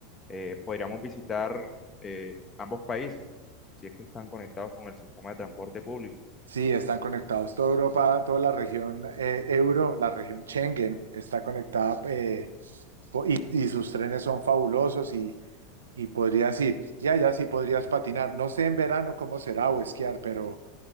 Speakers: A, on the left; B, on the right.
A: eh, podríamos visitar eh, ambos países, si es que están conectados con el sistema de transporte público.
B: Sí, están conectados. Toda Europa, toda la región eh, euro, la región Schengen está conectada eh, po- y, y sus trenes son fabulosos y, y podrías ir. Y allá sí podrías patinar. No sé en verano cómo será o esquiar, pero